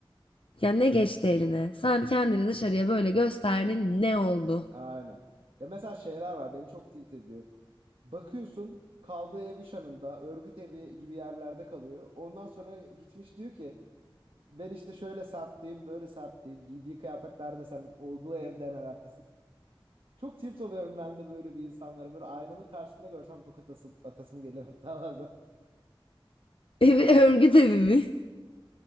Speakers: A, on the left; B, on the right.
A: ya ne geçti eline? Sen kendini dışarıya böyle gösterdin ne oldu?
B: Aynen. Ya mesela şeyler var beni çok tilt ediyor. Bakıyorsun kaldığı ev iş anında örgüt evi gibi yerlerde kalıyor. Ondan sonra gitmiş diyor ki Ben işte şöyle semtteyim, böyle semtteyim. Giydiği kıyafetler de sen olduğu evden alakasız. Çok tilt oluyorum ben de böyle bir insanlara. Böyle aynanın karşısında görsem tokat atasım, atasım gelir hatta bazen.
A: Evi <laughs> örgüt evi mi?